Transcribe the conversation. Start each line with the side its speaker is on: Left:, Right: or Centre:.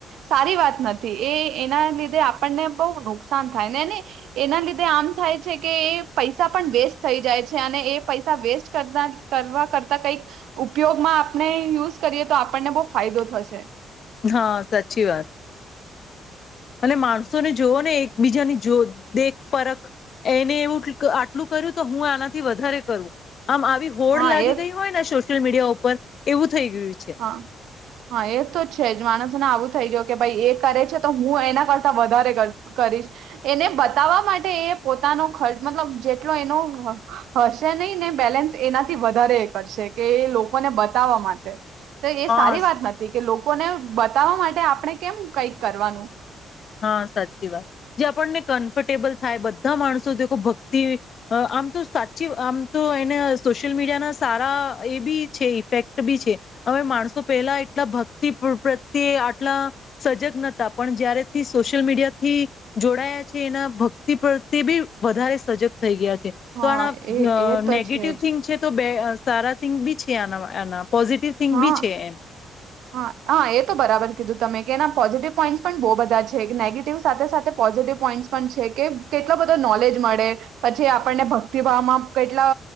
Right: સારી વાત નથી એ એના લીધે આપણને બહુ નુકસાન થાય ને ને એના લીધે આમ થાય છે કે એ પૈસા પણ વેસ્ટ થઈ જાય છે અને એ પૈસા વેસ્ટ કરતા કરવા કરતા કંઈક ઉપયોગમાં આપણે યુઝ કરીએ તો આપણને બહુ ફાયદો થશે.
Left: હા સાચી વાત અને માણસોને જોવો ને એકબીજાની જો દેખ પરખ એને એવું આટલું કર્યું તો હું આનાથી વધારે કરું. આમ આવી હોડ
Right: હા
Left: લાગી
Right: એ
Left: ગઈ હોયને સોશિયલ મીડિયા ઉપર ઉપ એવું થઈ ગયું છે.
Right: હા હા એ તો છે જ માણસોને આવું થઈ ગય કે ભાઈ એ કરે છે તો હું એના કરતા વધારે કરીશ એને બતાવવા માટે એ પોતાનો ખર્ચ મતલબ જેટલો એનો હશે નહી ને બેલેન્સ એનાથી વધારે એ કરશે કે એ લોકોને બતાવવા માટે તો એ
Left: હા
Right: સારી વાત નથી કે લોકો કોને બતાવવા માટે આપણે કેમ કઈક કરવાનું.
Left: હા સાચી વાત જે આપણને કમ્ફર્ટેબલ થાય બધા માણસો દેખો ભક્તિ આમ તો સાચી આમ તો એને સોશિયલ મીડિયાના સારા એ બી છે ઇફેક્ટ બી છે હવે માણસો પહેલા એટલા ભક્તિ પ્રત્યે આટલા સજગ નતા પણ જયારે થી સોશિયલ મીડિયા થી જોડાયા છે એના ભક્તિ પ્ર્યે બી વધારે સજગ થઈ ગયા છે.
Right: હા
Left: તો આ
Right: એ એ તો
Left: નેગેટિવ
Right: છે જ
Left: થિંગ <unintelligible> તો બે સારા થીંક બી છે એના એના પોઝિટિવ થિંગ
Right: હા
Left: બી છે એમ
Right: હા હા એ તો બરાબર કીધું તમે કે એના પોઝિટિવ પોઈન્ટસ પણ બહુ બધા છે નેગેટિવ સાથે સાથે પોઝિટિવ પોઈન્ટસ પણ છે કે કેટલો બધા નોલેજ મળે પછી આપણને ભક્તિભાવમાં કેટલા